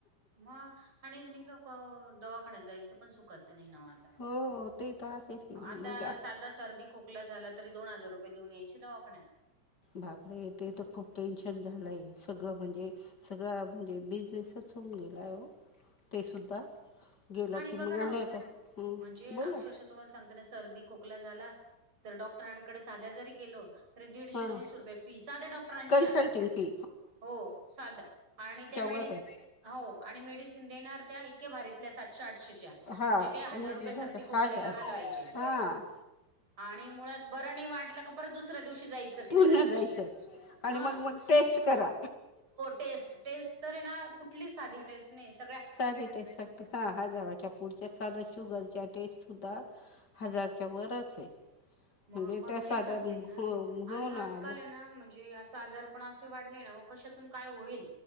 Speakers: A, on the right; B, on the left.
A: मग आणि का दवाखान्यात जायचं पण सुखाचं नाही नाव आता
B: हो ते तर आहेच ना मग
A: आता
B: त्या
A: साधा सर्दी खोकला झाला तरी दोन हजार रुपये देऊन याची दवाखान्यात
B: बापरे ते तर खूप टेन्शन झालंय सगळं म्हणजे सगळं आप म्हणजे बिझनेसच होऊन गेलाय हो ते सुद्धा गेलं
A: आणि
B: की
A: बघा
B: मग
A: ना
B: नाही
A: तुम्ही
B: तर हं
A: म्हणजे अक्षरशः
B: बोला
A: तुम्हाला सांगता ना सर्दी खोकला झाला तर डॉक्टरांकडे साध्या जरी गेलो दीडशे
B: हां
A: दोनशे रुपये फी साध्या डॉक्टरांची
B: कन्सल्टिंग
A: आता
B: फी
A: हो साध आणि त्यामुळे
B: बरंच
A: मेडि हो आणि मेडिसन देणार त्या इतक्या भारीतल्या सातशे आठशेच्या म्हणजे
B: हा
A: ते हजार
B: म्हणजे
A: रुपये
B: झालं
A: सर्दी खोकल्याला
B: हजार
A: घालवायचे
B: हा.
A: आणि मुळात बरं नाही वाटलं का परत दुसऱ्या दिवशी जायचं तिसऱ्या
B: पुन्हा
A: दिवशी
B: जायचं आणि
A: हा
B: मग मग टेस्ट करा
A: टेस्ट टेस्ट तर ना कुठली साधी टेस्ट नाहीस
B: साधे टेस्ट हा हजाराच्या पुढच्या साध शुगर टेस्ट सुद्धा हजारच्या वरच आहे.
A: म
B: म्हणजे
A: मग
B: त्या
A: मी
B: साध्या
A: ते सांगते ना
B: हो हो
A: आणि
B: ना
A: आजकाल
B: मग
A: आहे ना म्हणजे असं आजार पण असे वाटले कशातून काय होईल